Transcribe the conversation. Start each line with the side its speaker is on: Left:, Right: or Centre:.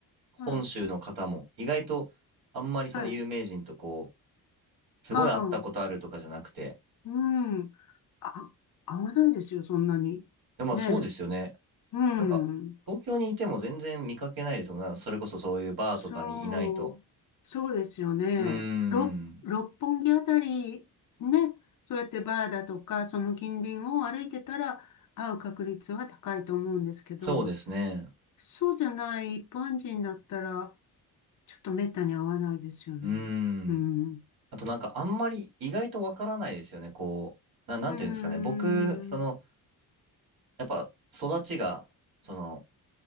Right: 本州の方も意外とあんまりその有名人とこ
Left: うんはい。
Right: うすごい会ったことあるとかじゃなくて。
Left: ああ。うん。あ、合わないですよ、そんなに。
Right: でもまあそうですよね。
Left: ねえ。うん。
Right: なんか東京にいても全然見かけないですもんね。それこそそういうバーとかにいないと。
Left: そう。そうですよね。
Right: うーん。
Left: 六、六本木あたり、ね。そうやってバーだとか、その近隣を歩いてたら、会う確率は高いと思うんですけど、
Right: そうですね。
Left: そうじゃない一般人だったら、ちょっと滅多に会わないですよね。
Right: うーん。
Left: うん。
Right: あとなんかあんまり意外とわからないですよね。こう、な、なんていうんですかね。
Left: うーん。
Right: 僕、そのやっぱ育ちが、その、